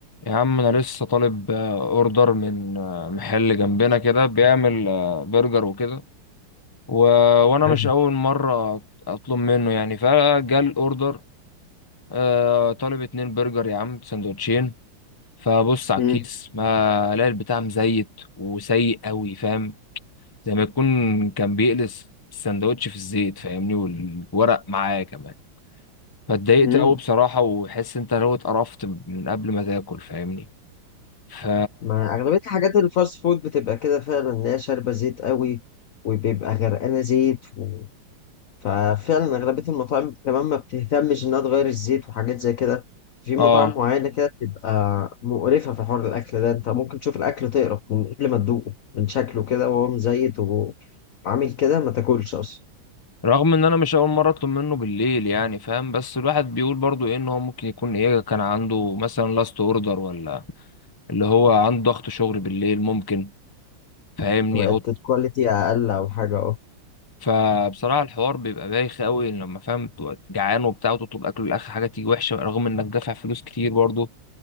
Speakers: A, on the left; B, on the left.
A: يا عم انا لسه طالب آه، اوردر من آه، محل جنبنا كده بيعمل آه، برجر وكده و... وانا
B: حلو
A: مش اول مره اطلب منه يعني فجال اوردر آه، طالب اتنين برجر يا عم سندوتشين فبص على
B: مم.
A: الكيس ما الاقي البتاع مزيت وسيء قوي فاهم زي ما يكون كان بيقلس السندوتش في الزيت فاهمني والورق معاه كمان فاتضايقت
B: مم.
A: قوي بصراحه وحس انت لو اتقرفت من قبل ما تاكل فاهمني ف
B: ما أغلبية الحاجات الفاست فود بتبقى كده فعلا اللي هي شاربة زيت قوي وبيبقى غرقانة زيت و... ففعلا أغلبية المطاعم كمان ما بتهتمش إنها تغير الزيت وحاجات زي كده في مطاعم
A: اه
B: معينة كده بتبقى مقرفة في حوار الأكل ده أنت ممكن تشوف الأكل تقرف من قبل ما تدوقه من شكله كده وهو مزيت وعامل كده ما تاكلش أصلا
A: رغم ان انا مش اول مره اطلب منه بالليل يعني فاهم بس الواحد بيقول برضو ايه ان هو ممكن يكون ايه كان عنده مثلا لاست اوردر ولا اللي هو عنده ضغط شغل بالليل ممكن فاهمني
B: بقت
A: او
B: الكواليتي أقل أو حاجة أه
A: فبصراحه الحوار بيبقى بايخ قوي لما فاهم بتبقى جعان وبتاع وتطلب اكل الاخر حاجه تيجي وحشه رغم انك دافع فلوس كتير برضو